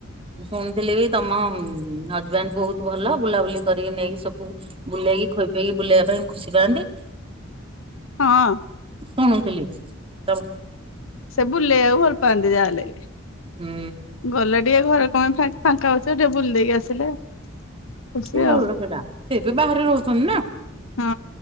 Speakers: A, on the right; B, on the left.
A: ଶୁଣିଥିଲି ବି ତମ ହଜବେଣ୍ଡ ବହୁତ ଭଲ ବୁଲାବୁଲି କରିକି ନେଇକି ସବୁ ବୁଲେଇକି ଖୋଇ ପଇକି ବୁଲେଇବା ପାଇଁ ଖୁସି ପାଆନ୍ତି।
B: ହଁ
A: ଶୁଣିୁଥିଲି ତବୁ
B: ସେ ବୁଲେଇବାକୁ ଭଲ ପାଆନ୍ତି ଯାହା ହେଲେ।
A: ହୁଁ
B: ଗଲା ଟିକେ ଘରେ କେ ଫାଙ୍କା ଅଉଛ ଟିକେ ବୁଲ ଦେଇକି ଆସିଲେ। ଖୁସି
A: ଭଲ
B: ଆଉ
A: ସେଇଟା ସେ ବି ବାହାରେ ରହୁଛନ୍ତି ନା?
B: ହଁ